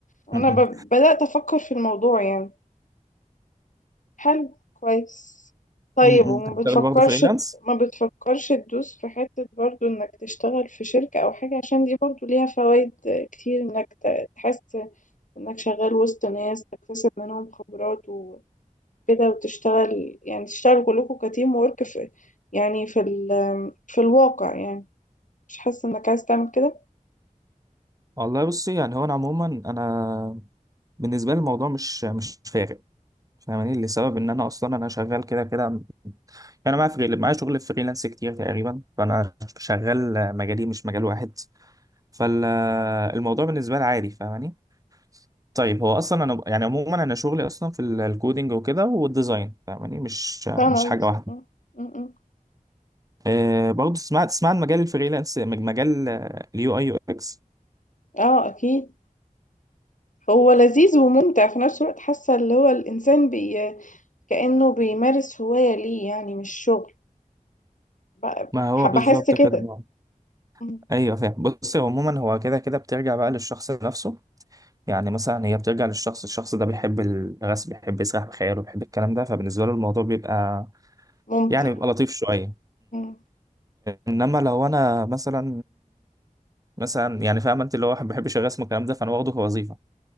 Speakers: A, on the left; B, on the right.
A: انا
B: م-
A: ب...
B: م.
A: بدأت افكر في الموضوع يعني حلو كويس طيب
B: م-
A: وما
B: م. هتشتغل
A: بتفكرش
B: برضه فريلانس
A: ما بتفكرش تدوس في حتة برضو انك تشتغل في شركة او حاجة عشان دي برضو ليها فوائد كتير انك ت- تحس انك شغال وسط ناس تكتسب منهم خبرات وكده وتشتغل يعني تشتغل كلكم كتيم وورك في يعني في ال... في الواقع يعني مش حاسة انك عايز تعمل كده
B: والله بصي يعني هو انا عموما انا بالنسبة لي الموضوع مش مش فارق فاهماني لسبب ان انا اصلا انا شغال كده كده انا معايا فريل... معايا شغل فريلانس كتير تقريبا فانا شغال مجالي مش مجال واحد فالموضوع بالنسبه لي عادي فاهماني طيب هو اصلا انا يعني عموما انا شغلي اصلا في ال- الكودينج وكده والديزاين فاهماني مش مش
A: فاهمة
B: حاجه
A: قصدي؟
B: واحده
A: م- م- م.
B: أه برضه سمعت تسمع عن مجال الفريلانس مج- مجال اليو اي يو اكس
A: اه اكيد هو لذيذ وممتع في نفس الوقت حاسة اللي هو الانسان بي كأنه بيمارس هواية ليه يعني مش شغل ب-
B: ما هو بالظبط
A: بحس كده
B: كده بقى.
A: م-
B: ايوه فاهم بص هو عموما هو كده كده بترجع بقى للشخص نفسه يعني مثلا هي بترجع للشخص الشخص ده بيحب الرسم بيحب يسرح بخياله بيحب الكلام ده فبالنسبه له الموضوع بيبقى
A: ممتع
B: يعني بيبقى لطيف شويه
A: م-
B: انما لو انا مثلا مثلا يعني فاهم انت اللي هو ما بحبش الرسم والكلام ده فانا واخده كوظيفه